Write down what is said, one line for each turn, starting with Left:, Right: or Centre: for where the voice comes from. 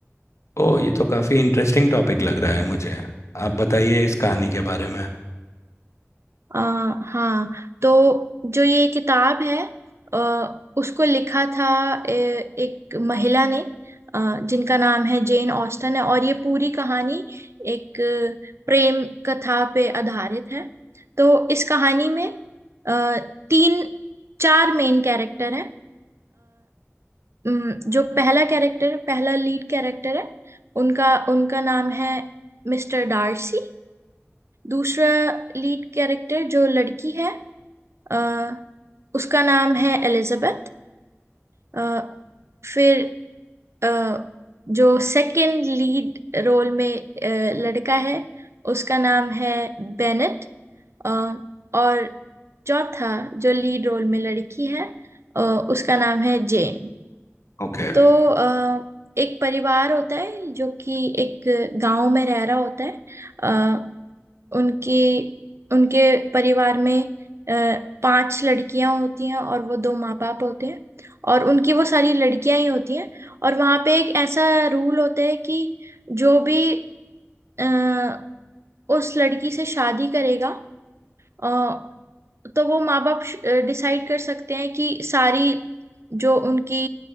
Left: ओ ये तो काफ़ी इंटरेस्टिंग टॉपिक लग रहा है मुझे आप बताइए इस कहानी के बारे में
Right: अ, हाँ तो जो ये किताब है अ, उसको लिखा था अ, एक महिला ने अ, जिनका नाम है जेन ऑस्टन है और ये पूरी कहानी एक अ, प्रेम कथा पे आधारित है तो इस कहानी में अ, तीन चार मेन कैरेक्टर हैं उम, जो पहला कैरेक्टर पहला लीड कैरेक्टर है उनका उनका नाम है मिस्टर डार्सी दूसरा लीड कैरेक्टर जो लड़की है अ, उसका नाम है एलिजाबेथ अ, फिर अ, जो सेकंड लीड रोल में अ, लड़का है उसका नाम है बेनेट अ, और चौथा जो लीड रोल में लड़की है अ, उसका नाम है जेन
Left: ओके
Right: तो अ, एक परिवार होता है जो कि एक गांव में रह रहा होता है अ, उनकी उनके परिवार में अ, पांच लड़कियां होती हैं और वो दो माँ बाप होते हैं और उनकी वो सारी लड़कियां ही होती हैं और वहां पे एक ऐसा रूल होता है कि जो भी अ, उस लड़की से शादी करेगा अ, तो वो माँ बाप डिसाइड कर सकते हैं कि सारी जो उनकी